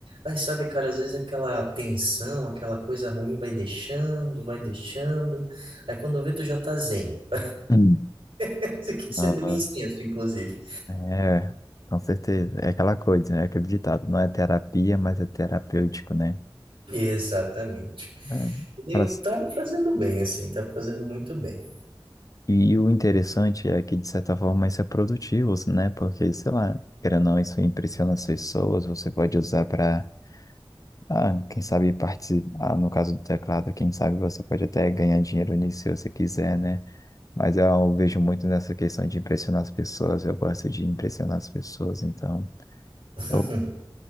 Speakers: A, on the right; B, on the left.
A: aí sabe, cara, às vezes aquela tensão, aquela coisa ruim vai deixando, vai deixando. Aí quando vê tu já tá zen. <laughs>
B: Hum.
A: Parece que acendeu
B: Ah,
A: um incenso, inclusive.
B: é, com certeza. É aquela coisa, né? Aquele ditado, não é terapia, mas é terapêutico, né?
A: Exatamente.
B: né?
A: Eu
B: Pra-
A: tá me fazendo bem, assim, tá me fazendo muito bem.
B: E o interessante é que, de certa forma, isso é produtivo, né? Porque, sei lá, querendo ou não, isso impressiona as pessoas, você pode usar para, ah, quem sabe participar, no caso do teclado, quem sabe você pode até ganhar dinheiro nisso se você quiser, né? Mas eu vejo muito nessa questão de impressionar as pessoas, eu gosto de impressionar as pessoas, então,
A: <laughs>
B: eu,